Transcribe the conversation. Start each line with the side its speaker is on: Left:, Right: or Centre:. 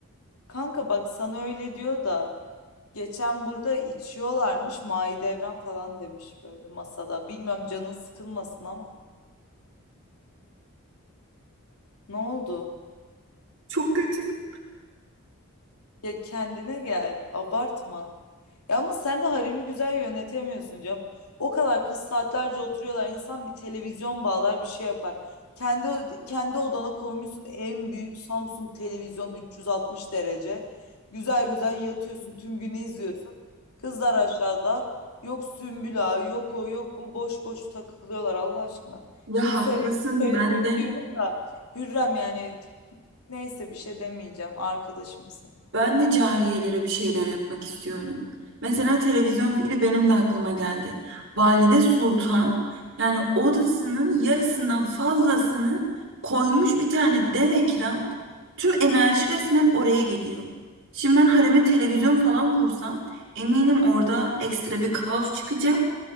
Left: kanka bak sana öyle diyor da geçen burada içiyorlarmış Mahidevran falan demiş böyle masada. Bilmiyorum canın sıkılmasın ama ne oldu?
Right: Çok kötüyüm.
Left: Ya kendine gel. Abartma. Ya ama sen de haremi güzel yönetemiyorsun canım. O kadar kız saatlerce oturuyorlar. İnsan bir televizyon bağlar bir şey yapar. Kendi kendi odana koymuşsun en büyük Samsung televizyon 360 derece. Güzel güzel yatıyorsun. Tüm günü izliyorsun. Kızlar aşağıda. Yok Sümbül Ağa, yok o, yok bu. Boş boş takılıyorlar Allah aşkına.
Right: Ya
Left: Şimdi
Right: haklısın
Left: söyle söylemiyorum
Right: ben de.
Left: diyorum da Hürrem yani neyse bir şey demeyeceğim. Arkadaşımsın.
Right: Ben de cariyelere bir şeyler yapmak istiyorum. Mesela televizyon fikri benim de aklıma geldi. Valide Sultan yani odasının yarısından fazlasını koymuş bir tane dev ekran. Tüm enerji resmen oraya gidiyor. Şimdi ben hareme televizyon falan kursam eminim orada ekstra bir kaos çıkacak